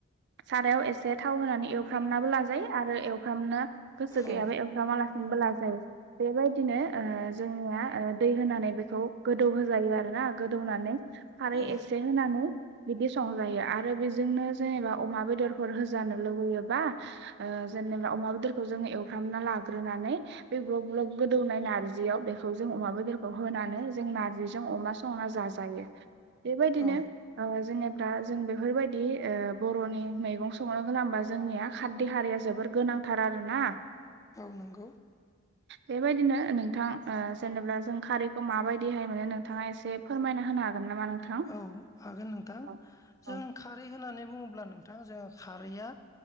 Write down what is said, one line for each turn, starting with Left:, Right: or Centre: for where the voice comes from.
Right: सारायाव एसे थाव होनानै एवफ्रामनाबो लाजायो आरो एवफ्रामनो गोसो
Left: औ
Right: गैयाबा एवग्रामालासिनोबोला जायो बेबायदि बिदिनो ओ जोंनि दै होनानै बेखौ गोदौ होजायो आरोना गोदौनानै
Left: औ
Right: एसे होनानै बिदि संजायो आरो बेजोंनो जेनेबा अमा बेदरफोर होजानो लुबैयो बाद जेनेबा अमा बेदरखौ एवफ्रामना लाग्रो दै ग्लब ग्लब गोदौनाय नारजियाव बेखौ जों अमा बेदरखौ होनानै जों नारजिजों अमा अमा संना जाजायो बेबायदिनो
Left: औ
Right: ओ जेनेबा जों बेफोरबायदि बर'नि मैगं संनो गबा जोंनिया खार देहारिया जोबोर गोनांथार आरोना
Left: औ नंगौ
Right: बेबायदिनो नोंथां जेनेबा जों खारिैखौ माबायदिहाय मोनो नोंथाङा एसे फोरमायना होनो हागोन नामा नोंथां?
Left: औ हागोन नोंथां
Right: औ औ
Left: जों खारै होननानै बुङोब्ला नोंथां जोङो खारैया